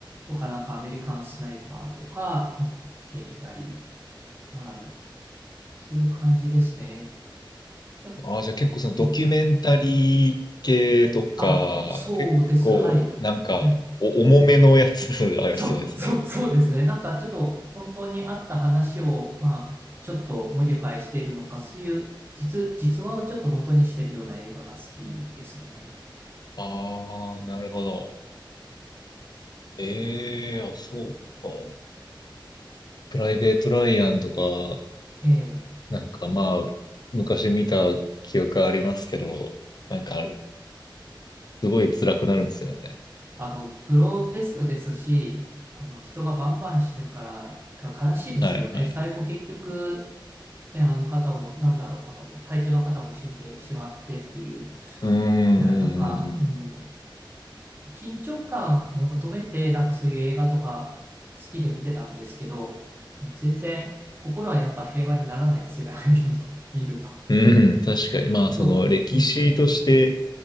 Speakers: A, on the right; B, on the left.
A: とか、なんかアメリカンスナイパーとか、見てみたり、はい。そういう感じですね。あ
B: ああ、じゃあ結構そのドキュメンタリー系とか、
A: えーあ、そうです。
B: 結構なんかお重めのやつ
A: はい。はい。
B: <laughs> ありそうですね。
A: そう、そう、そうですね。なんかちょっと本当にあった話を、まあ、ちょっとモディファイしているのか、そういう実、実話をちょっと元にしているような映画が好きですね。
B: ああ、なるほど。ええあ、そうか。プライベート・ライアンとか、
A: ええ
B: なんかまあ、昔見た記憶ありますけど、なんか、すごい辛くなるんですよね。
A: あの、グロテスクですし、あの、人がバンバン死ぬから、が悲しいですよね。
B: はい、はい。
A: 最後結局、ね、あの方も、なんだろう、あの、体調の方も死んでしまってっていう。
B: うん、うん、
A: いや、なんか、
B: うん、
A: うん、緊張感を求めて、なんかそういう映画とか好きで見てたんですけど、ね全然心はやっぱ平和にならないですよね、ああいうの見見ると。
B: うん、確かに。まあ、
A: そう、
B: その歴史として、
A: うん、